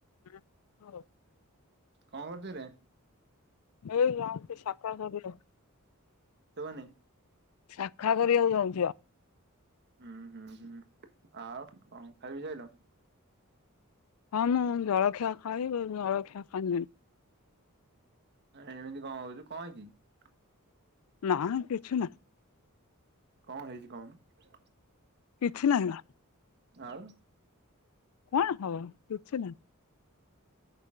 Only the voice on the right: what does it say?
କଣ କରୁଥିଲେ?
ଶୁଭନି
ହୁଁ ହୁଁ ହୁଁ ଆଉ କଣ ଖାଇ ପିଇ ସାଇଲ?
ଏମିତି କଣ ହଉଛୁ କଣ ହେଇଛି କି?
କଣ ହେଇଛି କହୁନୁ?
ଆଉ?